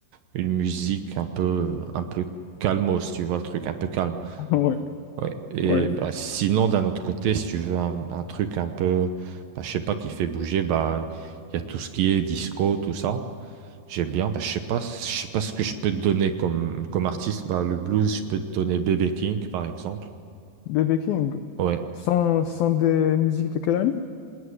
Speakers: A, on the right; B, on the left.
A: une musique un peu, un peu calmos, tu vois le truc, un peu calme.
B: <laughs> ouais.
A: Ouais. Et
B: Ouais.
A: bah, sinon, d'un autre côté, si tu veux un, un truc un peu, bah, je sais pas, qui fait bouger, bah, il y a tout ce qui est disco, tout ça. J'aime bien. Bah, je sais pas, je sais pas ce que je peux te donner comme, comme artiste. Bah, le blues, je peux te donner B.B. King, par exemple.
B: BB King.
A: Ouais.
B: Ce Sont, ce sont des musiques de quelle année?